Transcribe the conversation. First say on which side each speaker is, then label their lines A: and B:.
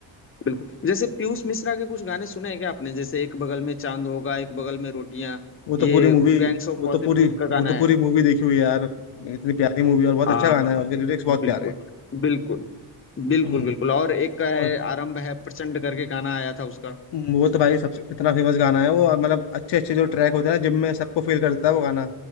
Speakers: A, on the left; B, on the left.
A: बिल्कुल जैसे पीयूष मिश्रा के कुछ गाने सुने हैं क्या आपने जैसे एक बगल में चांद होगा एक बगल में रोटियां
B: वो तो
A: ये
B: पूरी मूवी
A: गैंग्स ऑफ
B: वो
A: वासेपुर
B: तो पूरी
A: का
B: वो
A: गाना
B: तो
A: है
B: पूरी मूवी देखी हुई है यार इतनी प्यारी मूवी और बहुत
A: हाँ
B: अच्छा गाना
A: हाँ
B: है उसके लिरिक्स
A: बिल्कुल
B: बहुत प्यारे हैं
A: बिल्कुल बिल्कुल
B: हम्म
A: बिल्कुल और एक का है
B: और
A: आरंभ है प्रचंड करके गाना आया था उसका
B: वो तो भाई सबसे कितना फेमस गाना है वो मतलब अच्छे अच्छे जो ट्रैक होते हैं ना जिम में सबको फील करता है वो गाना